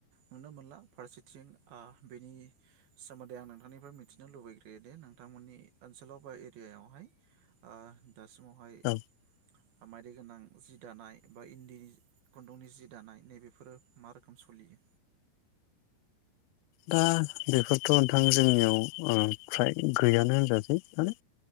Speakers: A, on the right; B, on the left.
A: नुनो मोनला फारसेथिं ओ बेनि सोमोन्दै आं नोंथांनिफ्राय मिथिनो लुबैग्रोयोदि नोंथांमोननि ओनसोलाव बा एरियायावहाय ओ दासिमावहाय
B: औ
A: हामाय <unintelligible> गोनां जि दानाय बा इन्दि खुन्दुंनि जि दानाय नैबेफोरो मा रोखोम सलियो।
B: दा बेफोरथ नोंथां जोंनियाव ओ फ्राय गैयानो होनजासै माने